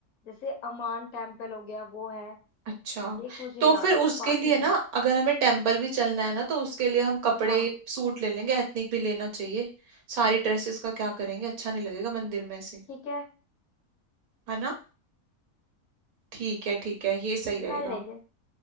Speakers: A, on the left; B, on the right.
A: जैसे अमान टेम्पल हो गया वो है
B: अच्छा
A: एक मुझे
B: तो
A: याद
B: फिर उसके
A: है बाकी
B: लिए
A: नहीं
B: ना
A: याद
B: अगर हमें टेम्पल भी चलना है ना तो उसके लिए हम कपड़े
A: हाँ
B: सूट ले लेंगे एथनिक भी लेना चाहिए सारी ड्रेसेस का क्या करेंगे अच्छा नहीं लगेगा मंदिर में ऐसे
A: ठीक है
B: है ना ठीक है ठीक है ये सही रहेगा
A: कर लेंगे